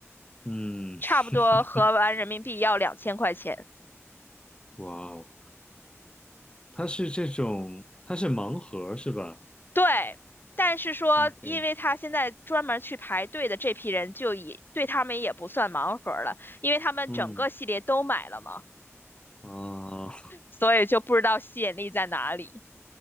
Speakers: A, on the left; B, on the left.
A: 嗯，
B: 差不多合完人民币要两千块钱。
A: <laughs> 哇哦，它是这种，它是盲盒是吧
B: 对，但是说，
A: ？OK，
B: 因为他现在专门去排队的这批人，就也对他们也不算盲盒了，因为他们整个系列都买了嘛，
A: 嗯啊
B: 所以就不知道吸引力在哪里。